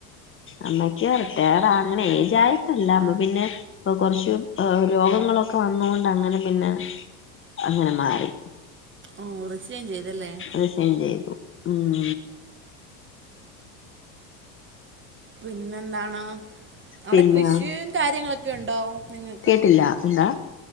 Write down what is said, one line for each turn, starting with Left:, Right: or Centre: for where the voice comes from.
Left: അമ്മയ്ക്ക് റിട്ടയഡാ അങ്ങനെ അജ് ആായിട്ടല്ല അമ്മ പിന്നെ കൊറച്ചു രോഗങ്ങളൊക്കെ വന്നുകൊണ്ട് അങ്ങനെ പിന്നെ അങ്ങനെ മാറി
Right: ഓ റിസൈൻ ചെയ്തല്ലേ
Left: റിസൈൻ ചെയ്തു ഉം
Right: പിന്നെന്താണ് അവിടെ
Left: പിന്നെ
Right: കൃഷിയും കാര്യങ്ങളൊക്കെ ഉണ്ടോ? നിങ്ങൾക്ക്
Left: കേട്ടില്ല എന്താ